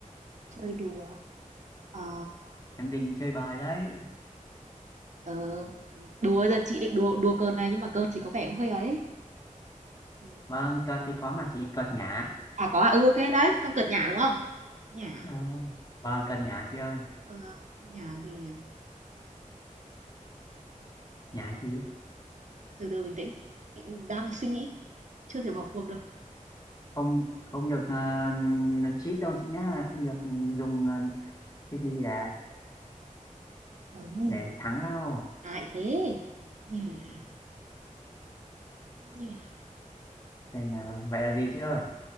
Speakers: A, on the right (about 60°); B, on the left (about 25°).
A: chơi đùa, ờ,
B: em định chơi bời đấy
A: ờ, đùa giờ chị định đùa đùa cợt này nhưng mà cợt thì có vẻ cũng hơi ấy, đùa,
B: vâng cợt thì có mà chị cợt nhả
A: à, có à, ừ, ok đấy, xong cợt nhả, đúng không? Nhả,
B: Ờ, vâng cợt nhả chị ơi
A: ờ, uh, nhả gì nhỉ?
B: nhả gì
A: Từ từ bình tĩnh, đang suy nghĩ, chưa thể bỏ cuộc được,
B: không không được uh, cheat đâu chị nhá không được dùng ờ, cái gì để
A: ừm,
B: để thắng đâu
A: ai thế, nhả, nhả,
B: nên là vậy là gì chị ơi